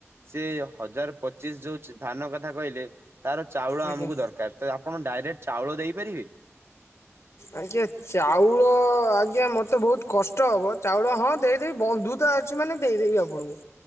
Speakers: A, on the right (about 55°); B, on the left (about 70°).
A: ସେ ହଜାର ପଚିଶ ଯୋଉ ଧାନ କଥା କହିଲେ ତାର ଚାଉଳ
B: ଆଜ୍ଞା
A: ଆମକୁ ଦରକାର ତ ଆପଣ ଡାଇରେକ୍ଟ ଚାଉଳ ଦେଇପାରିବେ?
B: ଆଜ୍ଞା ଚାଉଳ ଆଜ୍ଞା ମତେ ବହୁତ କଷ୍ଟ ହବ ଚାଉଳ ହଁ ଦେଇଦେବି ବନ୍ଧୁ ତ ମାନେ ଦେଇଦେବି ଆପଣଙ୍କୁ